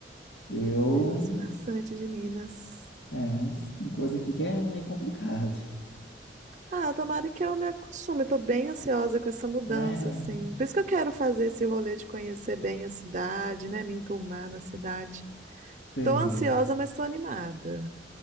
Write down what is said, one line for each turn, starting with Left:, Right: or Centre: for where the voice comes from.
Left: eu.
Right: Também gosto bastante de Minas.
Left: É, mas tem coisa aqui que é, é complicado. <laughs>
Right: Ah, tomara que eu me acostume. Tô bem ansiosa com essa mudança,
Left: É,
Right: assim. Por isso que eu quero fazer esse rolê de conhecer bem a cidade, né? Me enturmar na cidade.
Left: sei.
Right: Tô ansiosa, mas tô animada.